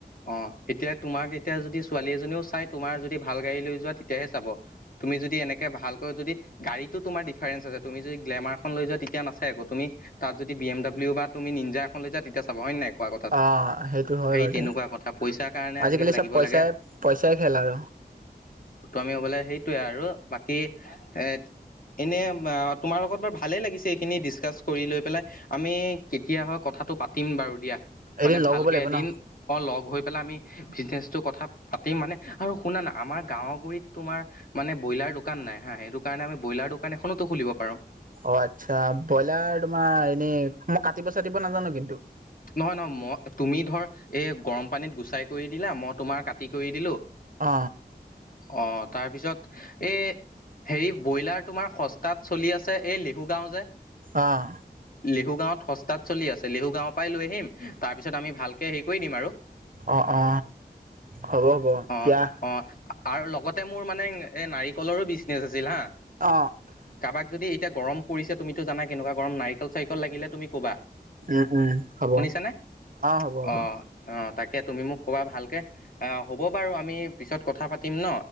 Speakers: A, on the left; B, on the right.
A: অঁ এতিয়া তোমাক এতিয়া যদি ছোৱালী এজনিও তোমাৰ যদি ভাল গাড়ী লৈ যোৱা তেতিয়াহে চাব তুমি যদি এনেকে ভাল কৈও যদি গাড়ী তো তোমাৰ ডিফাৰেঞ্চ আছে তুমি যদি গ্লেমাৰখন লৈ যোৱা তেতিয়া নাচাই আকৌ তুমি তাত যদি বি এম ডাব্লিউ বা তুমি নি্নজা এখন লৈ যোৱা তেতিয়া চাব হয় নাই কোৱা কথাটো
B: অঁ সেইটো হয়
A: সেই
B: বাৰু
A: তেনেকুৱা
B: দিয়া
A: কথা পইচাৰ কাৰণে
B: আজিকালি
A: লাগিব
B: চব পইচাই
A: লাগে
B: পইচা চাই খেলা আৰু
A: তুমি হবলে সেইটোয়ে আৰু বাকী এট এনে বা তোমাৰ লগত বাৰু ভালে লাগিছে এইখিনি ডিচকাচ কৰি লৈ পেলাই আমি কেতিয়া হয় কথা কথাতো পাতিম বাৰু দিয়া।
B: এদিন
A: মানে
B: লগ
A: ভাল
B: হ'ব
A: কে
B: লাগিব
A: এদিন
B: ন
A: অ লগ হৈ পেলাই আমি বিজনেচটোৰ কথা পাতিম মানে আৰু শুনা না আমাৰ গাঁৱ গুৰিত তোমাৰ মানে ব্ৰইলাৰ দোকান নাই হা সেইটো কাৰণে আমি ব্ৰইলাৰ দোকান দোকান এখনতো খুলিব পাৰোঁ।
B: অ আচ্ছা ব্ৰইলাৰ তোমাৰ এনে মই কাটিব চাটিব নাজানো কিন্তু।
A: নহয় নহয় মই তুমি ধৰ এই গৰম পানীত গুচাই কৰি দিলা মই তোমাৰ কাটি কৰি দিলো
B: অ
A: অ তাৰপিছত এই হেৰি ব্ৰইলাৰ তোমাৰ সস্তাত চলি আছে এই লিহু গাওঁ যে
B: আহ
A: লিহু গাঁৱত সস্তাত চলি আছে লিহু গাঁৱৰ পৰাই লৈ আহিম তাৰপিছত আমি ভালকে হেৰি কৰি দিম আৰু।
B: অঁ অ হ'ব হ'ব এতিয়া
A: অ অ আৰু লগতে মোৰ মানে এ নাৰি কলৰো বিজনেচ আছিল হা
B: অ
A: কাবাক যদি এতিয়া গৰম পৰিছে তুমিতো জানা কেনেকুৱা গৰম নাৰিকল চাৰিকল লাগিলে তুমি ক'বা
B: উম উম হ'ব
A: শুনিছা নে
B: হ'ব হ'ব
A: অ অ তাকে কে তুমি মোক কবা ভালকে হ'ব বাৰু আমি পিছত কথা পাতিম ন